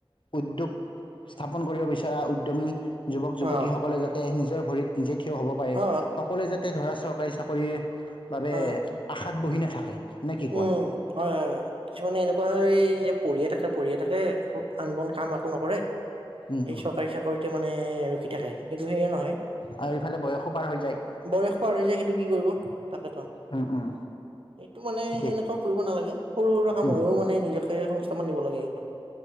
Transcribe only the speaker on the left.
উদ্যোগ স্থাপন কৰিব বিচৰা উদ্যমী যুৱক যুৱতীসকলে
যাতে তে নিজৰ ভৰিত নিজে থিয় হ'ব পাৰে
সকলোৱে যাতে ধৰা চৰকাৰী চাকৰিৰ বাবে
আশাত বহি নাথাকে নে কি কোৱা?
উম,
উম,
আৰু ইফালে বয়সো পাৰ হৈ যায়।
উম উম
ঠিকেই
উম,